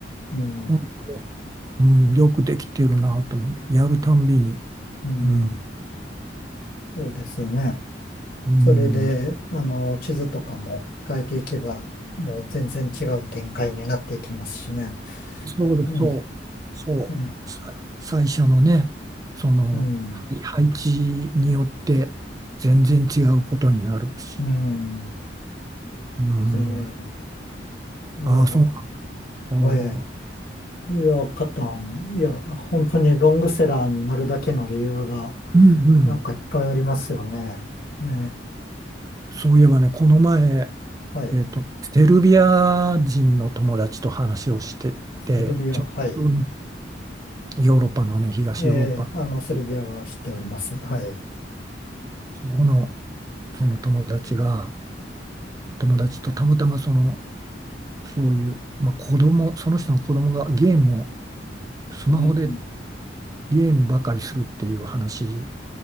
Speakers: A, on the left; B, on the right.
A: うん、
B: うん、うんよくできてるなと思って、やるたんびに、
A: うん、
B: うん、
A: そうですよね。
B: うん、
A: それで、あの、地図とかも変えていけば、もう全然違う展開になっていきますしね。
B: そうです、
A: ええ、
B: そう、そう、
A: ええ
B: さ最初のね、その、
A: うん、
B: はい配置によって全然違うことになるし、
A: うん。
B: うん、
A: ええ、いや
B: ああ、そうあー
A: ー、ええ、いや、カタン、いや、本当にロングセラーになるだけの理由が、
B: うんうん、
A: なんかいっぱいありますよね。ええ、
B: そういえばね、この前、
A: はい。
B: えっと、セルビア人の友達と話をしてて、
A: セルビア、
B: ちょうど
A: はい。
B: ヨーロッパのね、東ヨーロッパ、
A: ええ、あの、セルビアは知っております。
B: そ
A: はい。
B: この、その友達が、友達とたまたまその、そういう、まあ、子供、その人の子供がゲームを、スマホで
A: うん、
B: ゲームばかりするっていう話